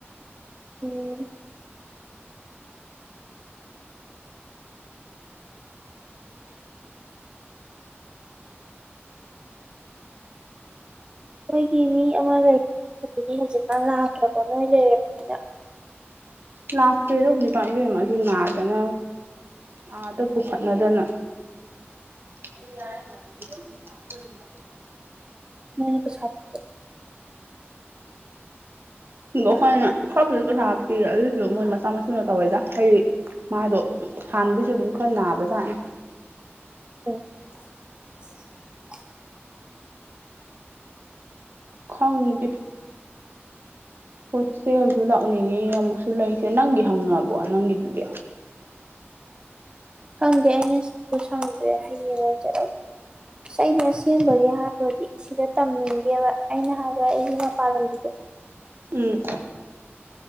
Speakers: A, on the right; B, on the right.
A: ꯑꯣ ꯅꯣꯏꯒꯤ ꯃꯤ ꯑꯃ ꯂꯩꯗꯨꯗꯤ ꯍꯧꯖꯤꯛꯀꯥꯟ ꯂꯥꯛꯇ꯭ꯔꯕꯣ ꯅꯣꯏ ꯂꯩꯔꯕꯅꯤꯅ
B: ꯂꯥꯛꯇꯦꯗ꯭ꯔ ꯍꯧꯖꯤꯛ ꯀꯥꯟ ꯏꯕꯦꯃ ꯑꯗꯨ ꯅꯥꯗꯅ ꯑꯥꯗ ꯄꯨꯈꯠꯅꯗꯅ <unintelligible>
A: ꯅꯣꯏꯅ ꯄꯩꯁꯥ ꯄꯨꯊꯣꯛ
B: ꯑꯗꯣ ꯑꯩꯈꯣꯏꯅ ꯈꯔꯕꯨꯁꯨ ꯄꯩꯁꯥ ꯍꯥ ꯄꯤꯔꯦ ꯑꯗꯨꯁꯨ ꯃꯣꯏ ꯃꯆꯥ ꯃꯁꯨꯅ ꯇꯧꯋꯦꯗ ꯍꯥꯏꯗꯤ ꯃꯥꯗꯣ ꯍꯥꯟꯗꯩꯁꯨ ꯑꯗꯨꯝ ꯈꯔ ꯅꯥꯕꯖꯥꯠꯅꯤ
A: <inaudible>
B: ꯈꯪꯗꯦ ꯍꯣꯁꯇꯦꯜꯁꯨ ꯂꯥꯛꯅꯤꯡꯉꯤ ꯑꯃꯨꯛꯁꯨ ꯂꯩꯁꯦ ꯅꯪꯒꯤ ꯍꯪꯉꯕꯣ ꯅꯪꯒꯤꯗꯨꯗꯤ
A: ꯈꯪꯗꯦ ꯑꯩꯅꯁꯨ ꯁꯪꯗ꯭ꯔꯦ ꯍꯌꯦꯡ ꯑꯣꯏꯅ ꯆꯠꯂꯒꯦ ꯑꯁ ꯑꯩꯅ ꯑꯁꯦꯡꯕꯒꯤ ꯍꯥꯏꯔꯗꯤ ꯁꯤꯗ ꯇꯝꯅꯤꯡꯗꯦꯕ ꯑꯩꯅ ꯍꯥꯏꯕ ꯑꯩꯒꯤ ꯃꯄꯥꯥꯟꯂꯝꯒꯤꯗꯣ
B: ꯎꯝ